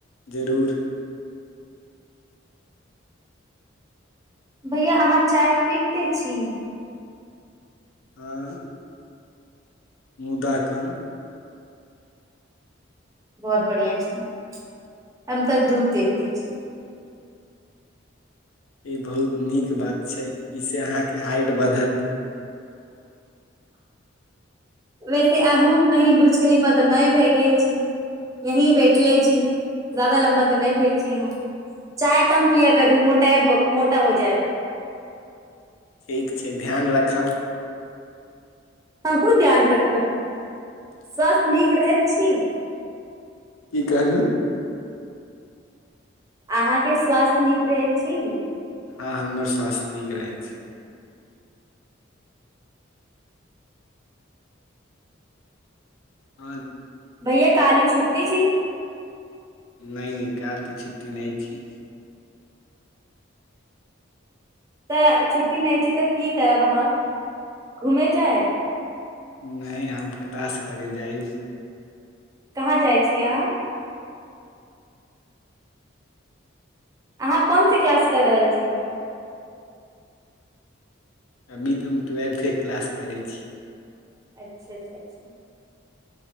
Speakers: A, on the left; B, on the right.
A: जरूर
B: भैया अहाँ चाय पीबितै छी
A: हाँ मुदा कम
B: बहुत बढ़िया छै, हम तऽ दूध <unintelligible> छी
A: ई बहुत नीक बात छै इ से अहाँके हाइट बढत
B: वेसे आहू कहि बुर्ज खलिफा तऽ नहि भए गेल छी यही बैटलै छी ज्यादा लम्बा तऽ नहि भेल छी आहाँ चाय कम पिया करू मोटाए भ मोटा हो जायब
A: ठीक छै ध्यान राखब
B: आहुँ ध्यान रखब
A: <unintelligible>
B: स्वास्थ्य नीक रहैत छी
A: की कहलू
B: अहाँके स्वास्थ्य नीक रहैत छी
A: हँ हमर स्वास्थ्य नीक रहै छै आँ
B: भैया काली छुट्टी छी
A: नै नै काइल तऽ छुट्टी नै छी
B: तऽ छुट्टी नहि छै तऽ की करब अहाँ, घूमे जायब
A: नै हम क्लास करे जाइब
B: कहाँ जाइ छी आहाँ अहाँ कोन से क्लास कऽ रहल छी
A: अभी तऽ हम ट्वेल्थ के क्लास करै छी
B: अच्छे अच्छा अच्छा